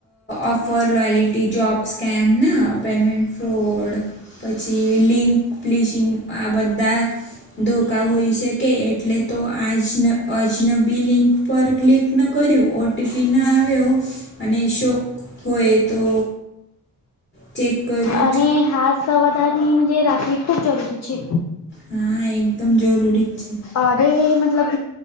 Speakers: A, on the left; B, on the left.
A: offer, loyalty, job સ્કેમના પેમેન્ટ ફ્રોડ, પછી લિંક ફ્લિશિંગ આ બધા, ધોકા હોઈ શકે એટલે તો આજ આજનબી લિંક પર ક્લિક, ના કર્યું ઓટીપીના આવ્યો અને શોક હોય તો, ચેક કર્યું
B: અને
A: જ
B: હાથ સાવધાની જે રાખવી ખૂબ જરૂરી છે.
A: હા એકદમ જરૂરી જ છે
B: અરે મતલબ